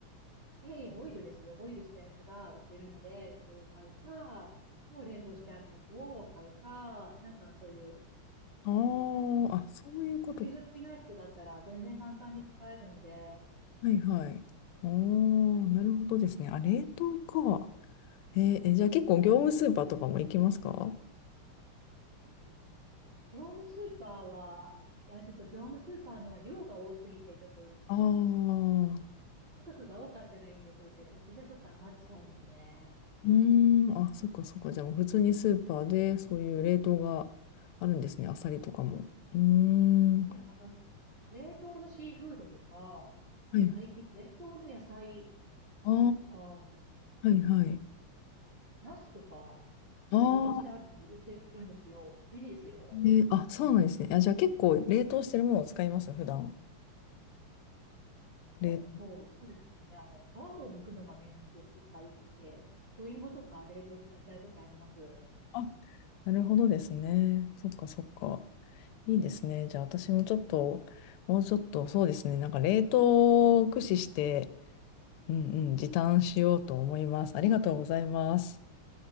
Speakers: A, on the right; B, on the left.
A: いえいえ、ボイルですよ。ボイルしたやつが売ってるので、それを買うか、もう冷凍してあるやつを買うか、なんかそういう、
B: あーあ、
A: ね、
B: そういうこと。
A: 取り済みのやつだったら全然簡単に使えるので、
B: はいはい。おー、なるほどですね。あ、冷凍か。えーえじゃあ結構業務スーパーとかも行きますか
A: 業務スーパーは、いや、ちょっと業務スーパーのは量が多すぎて、ちょっと
B: ああ、う
A: 家族が多かったらいいんでしょうけど、うちじゃちょっと余っちゃうので、
B: ーん、あ、そっかそっか。じゃあもう普通にスーパーでそういう冷凍があるんですね。アサリとかも。うーん。
A: ねえ、あの、冷凍のシーフードとか、あと最近冷凍の野菜
B: はい。あ
A: とか、
B: あ、はいはい。
A: ナスとか、
B: ああ、
A: 冷凍してあるの売ってるんですよ。便利ですよ。
B: で、あ、そうなんですね。あ、じゃあ結構冷凍してるものを使います、普段。
A: 結構、
B: 冷、
A: そうですね。あの、皮も剥くのがめんどくさい系。里芋とか冷凍使っちゃうときあります。
B: あ、なるほどですね。そっかそっか。いいですね。じゃあ私もちょっと、もうちょっと、そうですね。なんか冷凍を駆使して、うんうん、時短しようと思います。ありがとうございます。